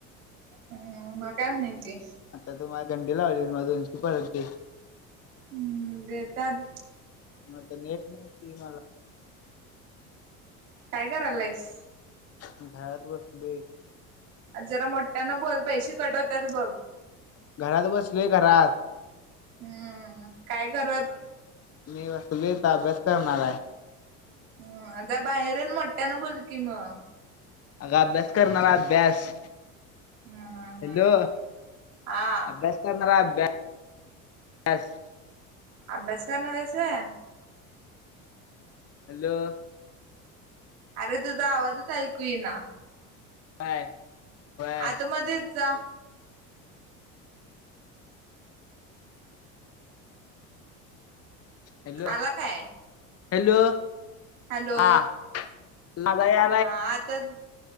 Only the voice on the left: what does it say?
आता तु मला गंडी लावलीस माझं दोनशे रुपये परत दे
म आता नेट <unintelligible>
घरात बसलोय
घरात बसलोय घरात
मी बसलोय, आत्ता अभ्यास करणार आहे.
अगं अभ्यास करणार, अभ्यास
हॅलो.
अभ्यास करणार आहे अभ्यास
हॅलो.
काय? होय
हॅलो,
हॅलो.
हा <unintelligible>